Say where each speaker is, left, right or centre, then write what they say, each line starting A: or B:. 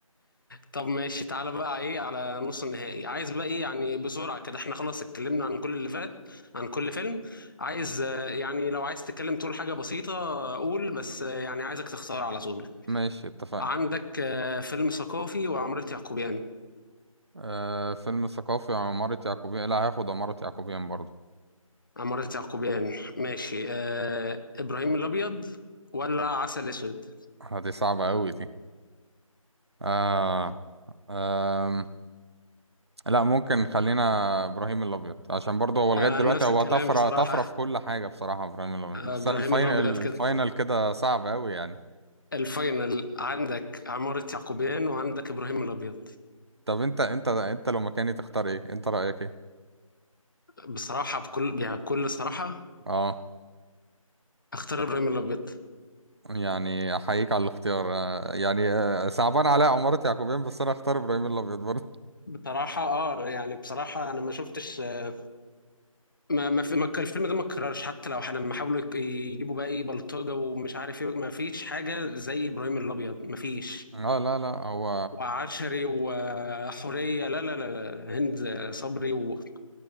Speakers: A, on the left; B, on the right.
A: طب ماشي تعالى بقى ايه على نص النهائي عايز بقى ايه يعني بسرعه كده احنا خلاص اتكلمنا عن كل اللي فات عن كل فيلم عايز آه، يعني لو عايز تتكلم تقول حاجه بسيطه آه، قول بس آه، يعني عايزك تختار على طول
B: ماشي اتفقنا
A: عندك آه، فيلم ثقافي وعمارة يعقوبيان
B: آه فيلم ثقافي عمارة يعقوبيان لا هاخد عمارة يعقوبيان برضو
A: عمارة يعقوبيان ماشي آه، إبراهيم الأبيض ولا عسل أسود
B: آه، دي صعبة أوي دي آه آم، لا ممكن خلينا إبراهيم الأبيض عشان برضو هو لغاية
A: آه،
B: دلوقتي
A: نفس
B: هو
A: الكلام
B: طفرة
A: بصراحة
B: طفرة في كل حاجة بصراحة إبراهيم الأبيض
A: آه،
B: بس
A: إبراهيم
B: الفاينل
A: الأبيض كده
B: الفاينل
A: كده
B: كده صعب أوي يعني
A: الفاينل عندك عمارة يعقوبيان وعندك إبراهيم الأبيض
B: طب أنت أنت أنت لو مكاني تختار إيه؟ أنت رأيك إيه؟
A: بصراحة بكل يعني بكل صراحة
B: اه
A: أختار إبراهيم الأبيض
B: يعني احييك على الاختيار آه، يعني آه، صعبان عليا عمارة يعقوبيان بس انا اختار ابراهيم الابيض برضه
A: بصراحة اه يعني بصراحة انا ما شفتش آه، ما ما, في ما كان الفيلم ده ما اتكررش حتى لو ح- لما حاولوا يك- يجيبوا بقى ايه بلطجة ومش عارف ايه ما فيش حاجة زي ابراهيم الابيض ما فيش
B: <laughs> اه لا لا هو
A: وعشري وحورية لا لا لا لا، هند صبري و-